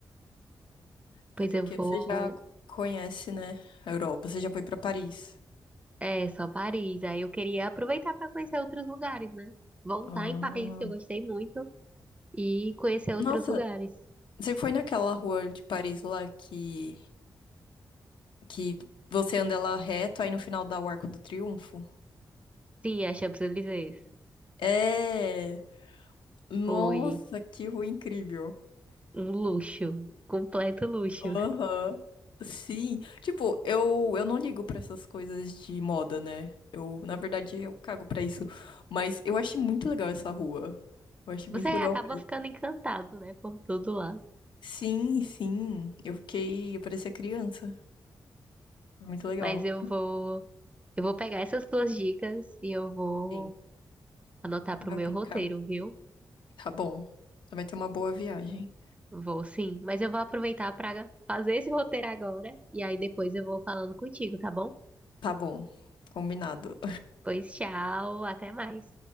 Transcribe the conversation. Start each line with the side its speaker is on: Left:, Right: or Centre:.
Right: Pois
Left: Até porque
Right: eu vou.
Left: você já conhece, né, a Europa, você já foi pra Paris.
Right: É, só Paris. Aí eu queria aproveitar para conhecer outros lugares, né? Voltar
Left: Ah.
Right: em Paris, que eu gostei muito, e conhecer outros
Left: Nossa,
Right: lugares.
Left: você foi naquela rua de Paris lá que, que você anda lá reto, aí no final dá o Arco do Triunfo?
Right: Sim, a Champs-Élysées.
Left: É. Nossa,
Right: Foi.
Left: que rua incrível.
Right: Um luxo, completo luxo.
Left: Aham. Sim. Tipo, eu, eu não ligo pra essas coisas de moda, né? Eu, na verdade, eu cago pra isso. Mas eu achei muito legal essa rua. Eu achei
Right: Você
Left: muito
Right: acaba
Left: legal mesmo.
Right: ficando encantado, né, por tudo lá.
Left: Sim, sim. Eu fiquei. Eu parecia criança. Foi muito legal.
Right: Mas eu vou, eu vou pegar essas duas dicas e eu vou
Left: Sim.
Right: anotar pro
Left: Vai
Right: meu
Left: aplicar.
Right: roteiro, viu?
Left: Tá bom. Você vai ter uma boa viagem.
Right: Vou sim, mas eu vou aproveitar para fazer esse roteiro agora e aí depois eu vou falando contigo, tá bom?
Left: Tá bom. Combinado.
Right: Pois tchau, até mais.